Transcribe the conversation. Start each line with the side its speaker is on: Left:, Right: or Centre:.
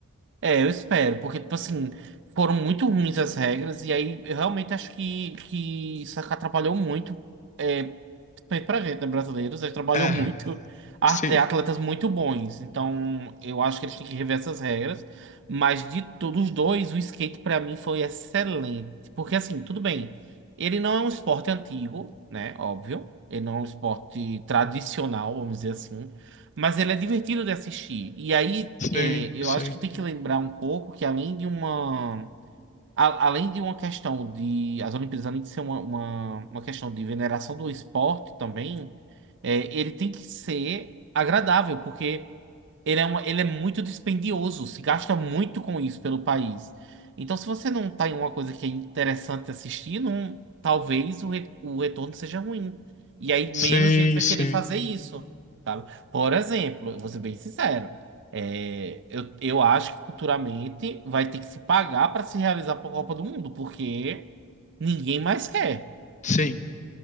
Right: É, eu espero, porque, tipo assim, foram muito ruins as regras, e aí eu realmente acho que, que isso atrapalhou muito é, Feito pra gente, né? Brasileiros, eles trabalham
Left: É,
Right: muito, at-
Left: sim,
Right: é, atletas muito bons. Então, eu acho que eles têm que rever essas regras. Mas de todos os dois, o skate pra mim foi excelente. Porque, assim, tudo bem, ele não é um esporte antigo, né? Óbvio. Ele não é um esporte tradicional, vamos dizer assim. Mas ele é divertido de assistir. E aí,
Left: sim,
Right: é, eu
Left: sim.
Right: acho que tem que lembrar um pouco que, além de uma a- além de uma questão de. As Olimpíadas, além de ser uma, uma, uma questão de veneração do esporte também, é, ele tem que ser agradável, porque ele é, uma, ele é muito dispendioso, se gasta muito com isso pelo país. Então, se você não tá em uma coisa que é interessante assistir, não, talvez o, re- o retorno seja ruim. E aí
Left: Sim,
Right: menos gente vai
Left: sim.
Right: querer fazer isso, sabe? Por exemplo, eu vou ser bem sincero. É, eu, eu acho que futuramente vai ter que se pagar para se realizar a Copa do Mundo, porque ninguém mais quer.
Left: Sim.